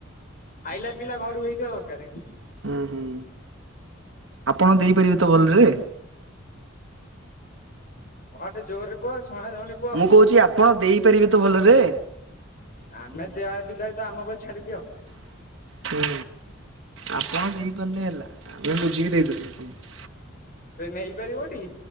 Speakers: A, on the left (about 45°); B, on the right (about 65°).
A: ଖାଇଲା ପିଇଲା ଘରୁ ହେଇଥିବା ଦରକାରେ।
B: ଉଁ, ହୁଁ, ଆପଣ ଦେଇପାରିବେ ତ ଭଲରେ?
A: ହଁ ଟିକେ ଜୋରରେ କୁହ ଶୁଣାଯାଉନି।
B: ମୁଁ କହୁଚି ଆପଣ ଦେଇପାରିବେ ତ ଭଲରେ?
A: ଆମେ ଦିଆ ଅଛି ଯାଇ ତ ଆମ ଉପରେ ଛାଡିଦିଅ।
B: ହୁଁ, ଆପଣ ଦେଇପାରିଲେ ହେଲା, ଆମେ ବୁଝିକି ଦେଇଦେବୁ ଆପଣଙ୍କୁ।
A: ସେ ନେଇ ପାରିବ ଟି?